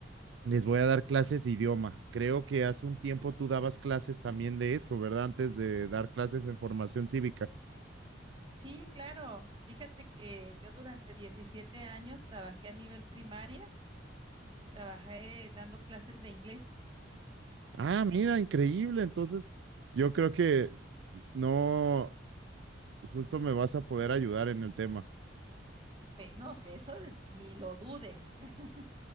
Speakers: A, on the right; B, on the right.
A: les voy a dar clases de idioma. Creo que hace un tiempo tú dabas clases también de esto, ¿verdad? Antes de dar clases en formación cívica.
B: Sí, claro. Fíjate que yo durante 17 años trabajé a nivel primaria, trabajé dando clases de inglés.
A: Ah, mira, increíble. Entonces, yo creo que no, justo me vas a poder ayudar en el tema.
B: Eh, no, que eso de- ni lo dudes. <laughs>